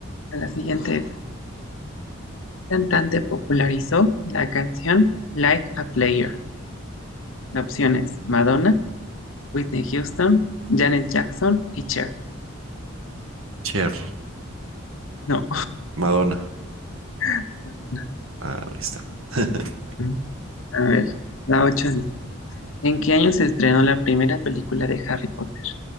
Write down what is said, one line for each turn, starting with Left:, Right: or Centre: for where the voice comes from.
Left: a la siguiente es, ¿qué cantante popularizó la canción Like a Player? La opción es Madonna, Whitney Houston, Janet Jackson y Cher.
Right: Cher,
Left: No,
Right: Madonna.
Left: <laughs> Madonna.
Right: Ah, ahí está. <laughs>
Left: Mm. A ver, la 8. dice, ¿en qué año se estrenó la primera película de Harry Potter?